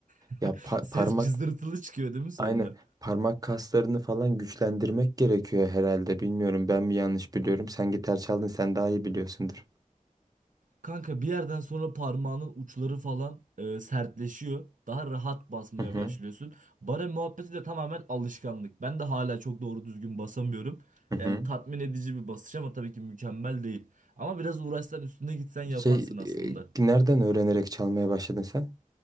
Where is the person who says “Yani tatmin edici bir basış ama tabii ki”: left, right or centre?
Right